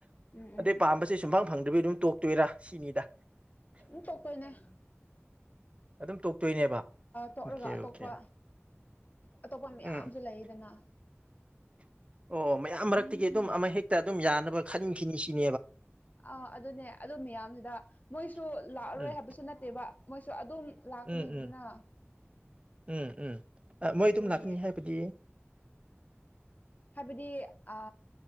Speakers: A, on the left; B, on the right.
A: ꯎꯝ ꯎꯝ
B: ꯑꯗꯩ ꯄꯥꯝꯕꯁꯦ ꯁꯨꯡꯐꯪ ꯐꯪꯗꯕꯤ ꯑꯗꯨꯝ ꯇꯣꯛꯇꯣꯏꯔꯥ ꯁꯤꯅꯤꯗ
A: ꯎꯝ ꯇꯣꯛꯇꯣꯏꯅꯦ
B: ꯑꯗꯨꯝ ꯇꯣꯛꯇꯣꯏꯅꯦꯕ
A: ꯇꯣꯛꯔꯒ
B: ꯑꯣꯀꯦ
A: ꯑꯇꯣꯞꯄ
B: ꯑꯣꯀꯦ
A: ꯑꯇꯣꯞꯄ ꯃꯌꯥꯝꯁꯨ
B: ꯎꯝ
A: ꯂꯩꯗꯅ
B: ꯑꯣ ꯃꯌꯥꯝ ꯃꯔꯛꯇꯒꯤ ꯑꯗꯨꯝ ꯑꯃ ꯍꯦꯛꯇ ꯑꯗꯨꯝ ꯌꯥꯅꯕ ꯈꯟꯈꯤꯅꯤ ꯁꯤꯅꯤ
A: ꯑꯥ ꯑꯗꯨꯅꯦ ꯑꯗꯨ ꯃꯌꯥꯝꯗꯨꯗ ꯃꯣꯏꯁꯨ ꯂꯥꯛꯑꯔꯣꯏ
B: ꯎꯝ
A: ꯍꯥꯏꯕꯁꯨ ꯅꯠ ꯇꯦꯕ ꯃꯣꯏꯁꯨ ꯑꯗꯨꯝ ꯂꯥꯛꯀꯅꯤꯗꯅ
B: ꯎꯝ ꯎꯝ ꯎꯝ ꯎꯝ ꯃꯣꯏ
A: ꯑꯗꯨꯒꯤ
B: ꯑꯗꯨꯝ ꯂꯥꯛꯀꯅꯤ ꯍꯥꯏꯕꯗꯤ
A: ꯍꯥꯏꯕꯗꯤ ꯑ